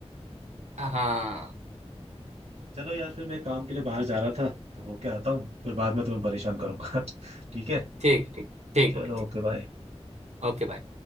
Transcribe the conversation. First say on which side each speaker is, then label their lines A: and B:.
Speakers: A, on the right; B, on the right.
A: हाँ
B: चलो यार फिर मैं काम के लिए बाहर जा रहा था तो होके आता हूँ फिर बाद में तुम्हें परेशान करूंगा <laughs> ठीक है
A: ठीक ठीक ठीक
B: चलो
A: भाई ठीक
B: ओके बाय
A: ओके भाई